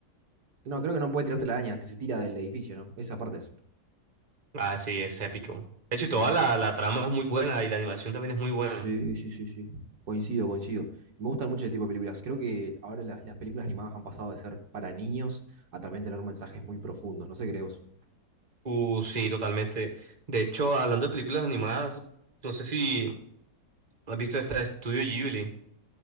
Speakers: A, on the right (about 75°); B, on the right (about 25°).
A: no, creo que no puede tirarte la araña, que se tira del edificio, ¿no? Esa parte es.
B: Ah, sí, es épico. De hecho,
A: muy-
B: toda la, la trama es muy buena y la animación también es muy buena.
A: Sí, sí, sí, sí. Coincido, coincido. Me gustan mucho ese tipo de películas. Creo que ahora las, las películas animadas han pasado de ser para niños a también tener mensajes muy profundos. No sé, crees vos.
B: Uh, sí, totalmente. De hecho, hablando de películas animadas, no sé si has visto esta de Studio Ghibli.